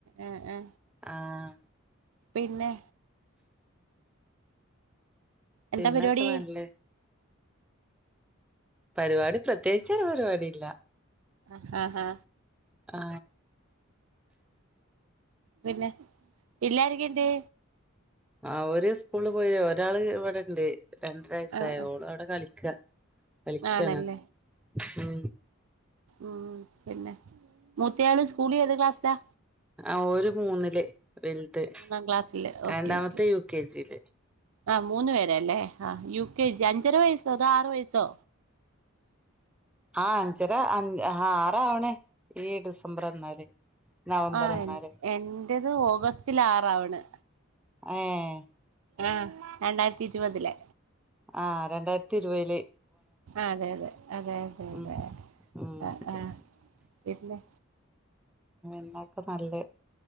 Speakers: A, on the right; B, in the centre.
A: ആ ആ
B: ആഹ്
A: പിന്നെ
B: പിന്നൊക്കെ
A: എന്താ പരിപാടി
B: നല്ലഹ് പരിപാടി പ്രത്യേകിച്ചൊരു പരിപാടി ഇല്ല
A: ആ ഹാ ആ
B: ആ
A: പിന്നെ പിള്ളേരെക്കെ എന്തേ
B: ആ ഓര് സ്കൂള് പോയി ഒരാള് ഇവിടെണ്ട് രണ്ടര വയസ്സായേ
A: ആഹ് ആഹ്
B: ഓളവിടെ കളിക്ക കളിക്കാണ്
A: ആണല്ലേ
B: ഉം
A: ഉം പിന്നെ മൂത്തയാള് സ്കൂളില് ഏത് ക്ലാസ്സിലാ
B: ആ ഓര് മൂന്നില് വലുത്
A: മൂന്നാം ക്ലാസ്സില് ഓക്കെ
B: രണ്ടാമത്തെ
A: ഓക്കെ
B: യു കെ ജിയില്
A: ആ മൂന്ന് പേരാല്ലേ ആ യു കെ ജി അഞ്ചര വയസ്സോ അതോ ആറ് വയസ്സോ
B: ആ അഞ്ചര അഞ് ആ ആറാവണ് ഈ ഡിസംബർ വന്നാല് നവംബർ
A: ആ
B: വന്നാല്
A: എന്റത് ഓഗസ്റ്റില ആറാവണ്
B: ഏഹ്
A: ഏ രണ്ടായിരത്തി ഇരുപതിലെ
B: ആ രണ്ടായിരത്തി ഇരുവയില്
A: ആ അതെ അതെ അതെ അതെ അതെ
B: ഉം ഉം
A: അ ഏ പിന്നെ
B: എന്നാപ്പോ നല്ലഹ്